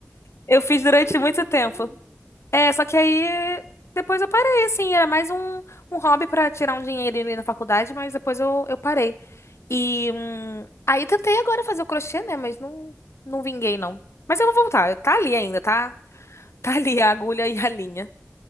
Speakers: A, on the left; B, on the right.
A: Eu fiz durante
B: Ai, menina,
A: muito
B: eu
A: tempo.
B: amo.
A: É, só que aí depois eu parei, assim, era mais um, um hobby pra tirar um dinheirinho ali na faculdade, mas depois eu, eu parei. E hum, aí tentei agora fazer o crochê, né? Mas não, não vinguei, não. Mas eu vou voltar, tá ali ainda, tá? Tá ali a agulha e a linha.